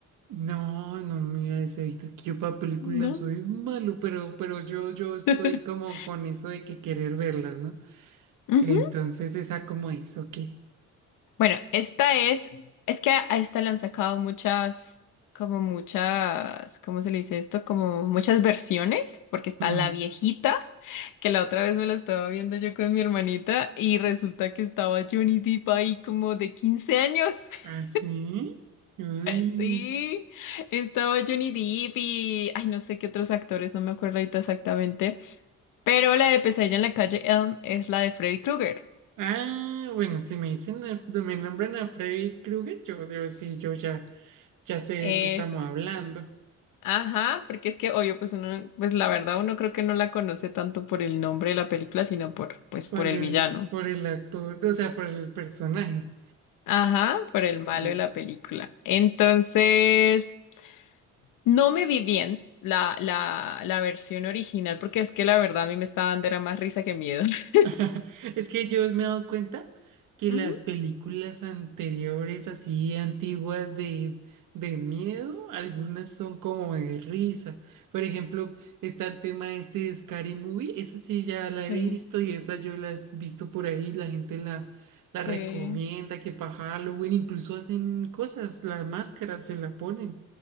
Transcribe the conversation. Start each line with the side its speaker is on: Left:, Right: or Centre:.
Right: No, no, mira, eso, es que yo para películas
Left: ¿No?
Right: soy malo, pero, pero yo, yo estoy
Left: <laughs>
Right: como con eso de que querer verlas, ¿no?
Left: Ujú.
Right: Entonces, esa como es, ok.
Left: Bueno, esta es, es que a a esta le han sacado muchas, como muchas, ¿cómo se le dice esto? Como muchas versiones, porque está
Right: Mm.
Left: la viejita. que la otra vez me la estaba viendo yo con mi hermanita y resulta que estaba Johnny Depp ahí como de 15 años. <laughs>
Right: ¿Ah, sí? Uy.
Left: Sí, estaba Johnny Depp y ay, no sé qué otros actores, no me acuerdo ahorita exactamente, pero la de Pesadilla en la calle Elm es la de Freddy Krueger.
Right: Ah, bueno, si me dicen, a- no, me nombran a Freddy Krueger, yo, yo sí, yo ya, ya sé de
Left: Es,
Right: qué estamos hablando.
Left: ajá, porque es que obvio, pues uno, pues la verdad uno creo que no la conoce tanto por el nombre de la película, sino por, pues
Right: Por
Left: por
Right: el,
Left: el villano.
Right: por el actor, o sea, por el personaje.
Left: Ajá, por el malo
Right: Sí.
Left: de la película. Entonces, No me vi bien la, la, la versión original, porque es que la verdad a mí me estaba dando era más risa que miedo. <laughs>
Right: <laughs> Es que yo me he dado cuenta que
Left: Ujú.
Right: las películas anteriores, así antiguas de, de miedo, algunas son como de risa. Por ejemplo, está el tema este de Scary Movie, esa sí ya la
Left: Sí,
Right: he visto y esa yo la he visto por ahí, la gente la, la
Left: sí.
Right: recomienda que para Halloween incluso hacen cosas, las máscaras se la ponen.